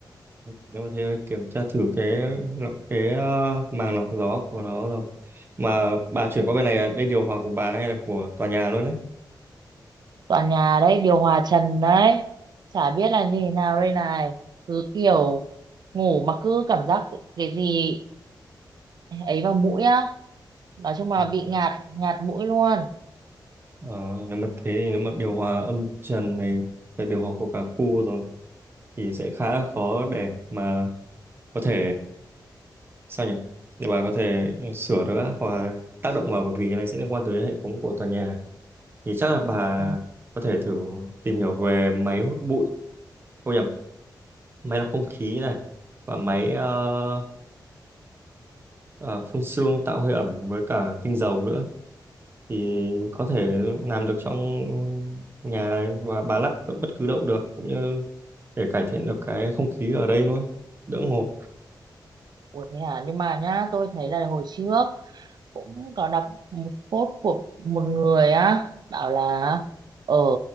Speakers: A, on the right; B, on the right.
A: Nhưng mà thế phải kiểm tra thử cái lọc- cái ờ, màng lọc gió của nó rồi. Mà bà chuyển qua bên này là đây điều hòa của bà hay là của tòa nhà luôn đấy?
B: Toàn nhà đấy điều hòa trần đấy, chả biết là như thế nào đây này. Cứ kiểu ngủ mà cứ cảm giác cái gì ấy vào mũi á, nói chung là
A: Ừ.
B: bị ngạt ngạt mũi luôn.
A: Ờ, nếu mà thế thì nếu mà điều hòa âm trần này là điều hòa của cả khu rồi thì sẽ khá là khó để mà có thể sao nhỉ? Để bà có thể sửa được á, hoặc là tác động vào bởi vì cái này sẽ liên quan tới hệ thống của tòa nhà. Thì chắc là bà
B: Ừ.
A: có thể thử tìm hiểu về máy hút bụi không nhầm máy lọc không khí này và máy ờ, ờ, phun sương tạo hơi ẩm với cả tinh dầu nữa thì có thể làm được trong nhà và bà lắp ở bất cứ đâu được cũng như để cải thiện được cái không khí ở đây luôn đỡ ngộp
B: Ủa thế à? Nhưng mà nhá, tôi thấy là hồi trước cũng có đọc một post của một người á bảo là ở